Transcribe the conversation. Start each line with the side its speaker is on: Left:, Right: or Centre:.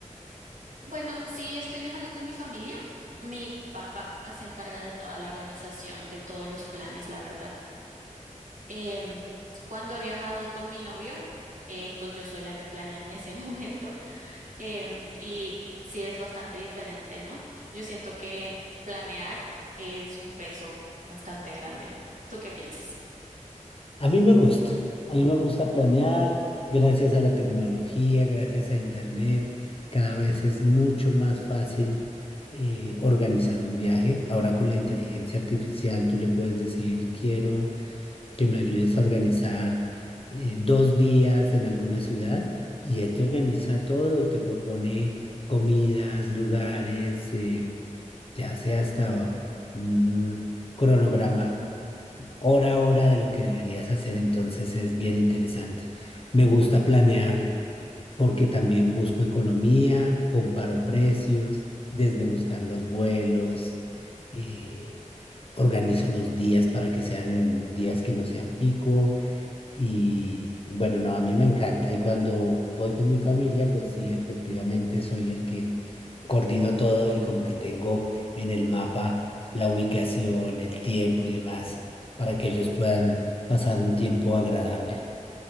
Right: Bueno, sí, estoy viajando con mi familia. Mi papá se encarga de toda la organización, de todos los planes, la verdad. Em, cuando he viajado con mi novio, eh, entonces yo soy la que planea en ese <laughs> momento, em, y sí es bastante diferente, ¿no? Yo siento que planear es un peso bastante grande. ¿Tú qué piensas?
Left: A mí me gusta, a mí me gusta planear gracias a la tecnología, gracias a Internet. Cada vez es mucho más fácil eh, organizar un viaje. Ahora con la inteligencia artificial tú le puedes decir, quiero que me ayudes a organizar eh, dos días en alguna ciudad y él te organiza todo y te propone comidas, lugares. eh, Te hace hasta un cronograma hora a hora de lo que deberías hacer, entonces es bien interesante. Me gusta planear porque también busco economía, comparo precios, desde buscar los vuelos, eh, organizo los días para que sean en días que no sean pico, y, y bueno, no, a mí me encanta. Y cuando voy con mi familia, pues sí, efectivamente soy el que coordino todo y como que tengo en el mapa la ubicación, el tiempo y demás para que ellos puedan pasar un tiempo agradable.